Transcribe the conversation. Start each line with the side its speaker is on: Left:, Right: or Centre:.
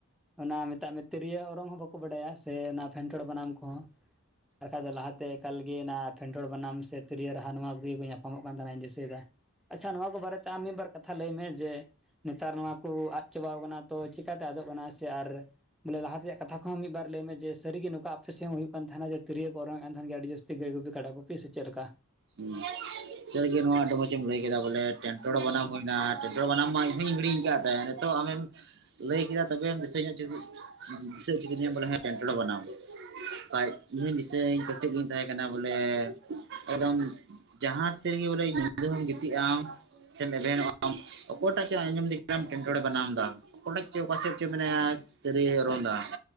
Centre: ᱚᱱᱟ ᱢᱮᱛᱟᱜ ᱢᱮ ᱛᱤᱨᱭᱳ ᱚᱨᱚᱝ ᱦᱚᱸ ᱵᱟᱠᱚ ᱵᱟᱰᱟᱭᱟ, ᱥᱮ ᱚᱱᱟ ᱯᱷᱮᱱᱴᱲ ᱵᱟᱱᱟᱢ ᱠᱚᱦᱚᱸ ᱟᱨ ᱵᱟᱠᱷᱟᱡ ᱫᱚ ᱞᱟᱦᱟᱛᱮ ᱮᱠᱟᱞ ᱜᱮ ᱚᱱᱟ ᱯᱷᱮᱱᱴᱚᱲ ᱵᱟᱱᱟᱢ ᱥᱮ ᱛᱤᱨᱭᱳ ᱨᱟᱦᱟ ᱱᱚᱣᱟ ᱠᱚᱜᱮ ᱠᱚ ᱧᱟᱯᱟᱢᱚᱜ ᱠᱟᱱ ᱛᱟᱦᱮᱱᱟ ᱫᱤᱥᱟᱹᱭ ᱮᱫᱟ᱾ ᱟᱪᱷᱟ ᱱᱚᱣᱟ ᱠᱚ ᱵᱟᱨᱮᱛᱮ ᱟᱢ ᱢᱤᱫ ᱵᱟᱨ ᱠᱟᱛᱷᱟ ᱞᱟᱹᱭ ᱢᱮ, ᱡᱮ ᱱᱮᱛᱟᱨ ᱱᱚᱣᱟ ᱠᱚ ᱟᱫ ᱪᱟᱵᱟᱣ ᱠᱟᱱᱟ ᱛᱚ ᱪᱮᱠᱟᱛᱮ ᱟᱫᱚᱜ ᱠᱟᱱᱟ ᱥᱮ ᱟᱨ ᱵᱚᱞᱮ ᱞᱟᱦᱟ ᱨᱮᱭᱟᱜ ᱠᱟᱛ ᱠᱚᱦᱚᱸ ᱢᱤᱫ ᱵᱟᱨ ᱞᱟᱹᱭ ᱢᱮ ᱡᱮ ᱥᱟᱹᱨᱤ ᱜᱮ ᱱᱚᱝᱠᱟ ᱟᱯᱮ ᱥᱮᱫ ᱦᱚᱸ ᱦᱩᱭᱩᱜ ᱠᱟᱱ ᱛᱟᱦᱮᱱᱟ ᱡᱮ ᱛᱤᱨᱭᱳ ᱠᱚ ᱚᱨᱚᱝᱮᱫ ᱠᱟᱱ ᱛᱟᱦᱮᱱ ᱜᱮᱭᱟ ᱟᱹᱰᱤ ᱡᱟᱹᱥᱛᱤ ᱛᱤ ᱜᱟᱹᱭ ᱜᱩᱯᱤ ᱠᱟᱰᱟ ᱜᱩᱯᱤ ᱥᱮ ᱪᱮᱫ ᱞᱮᱠᱟ?
Right: <unintelligible> ᱥᱟᱹᱨᱤᱜᱮ ᱱᱚᱣᱟ ᱟᱹᱰᱤ ᱢᱚᱡᱮᱢ ᱞᱟᱹᱭ ᱠᱮᱫᱟ ᱵᱚᱞᱮ ᱴᱮᱱᱴᱚᱲ ᱵᱟᱱᱟᱢ ᱦᱩᱭᱱᱟ ᱴᱮᱱᱴᱚᱲ ᱵᱟᱱᱟᱢ ᱢᱟ ᱤᱧᱦᱧ ᱦᱤᱲᱤᱧ ᱟᱠᱟᱫ ᱛᱟᱦᱮᱸ, ᱛᱚ ᱟᱢᱮᱢ ᱞᱟᱹᱭ ᱠᱮᱫᱟ ᱛᱚᱵᱮ ᱫᱤᱥᱟᱹ ᱧᱚᱜ ᱪᱚ ᱫᱤᱥᱟᱹ ᱦᱚᱪᱚ ᱠᱤᱫᱤᱧᱟ ᱵᱚᱞᱮ ᱦᱮᱸ ᱴᱮᱱᱴᱚᱲ ᱵᱟᱱᱟᱢ᱾ ᱟᱡ ᱤᱧ ᱦᱩᱧ ᱫᱤᱥᱟᱹ ᱠᱟᱹᱴᱮᱡ ᱜᱤᱧ ᱛᱟᱦᱮᱸ ᱠᱟᱱᱟ ᱵᱚᱞᱮ ᱮᱠᱫᱚᱢ ᱡᱟᱦᱟᱸ ᱛᱤ ᱨᱮᱜᱮ ᱵᱚᱞᱮ ᱧᱤᱫᱟᱹ ᱦᱚᱸᱢ ᱜᱤᱛᱤᱡ ᱟᱢ ᱥᱮᱢ ᱮᱵᱷᱮᱱᱚᱜᱼᱟ ᱟᱢ ᱚᱠᱚᱭᱴᱟᱜ ᱪᱚ ᱟᱸᱡᱚᱢ ᱫᱤ ᱴᱮᱱᱴᱚᱲ ᱮ ᱵᱮᱱᱟᱢ ᱮᱫᱟ ᱚᱠᱟᱴᱷᱡ ᱪᱚ ᱚᱠᱟᱥᱮᱫ ᱪᱚᱭ ᱢᱮᱱᱟᱭᱟ ᱛᱤᱨᱭᱚ ᱚᱨᱚᱝ ᱫᱟ᱾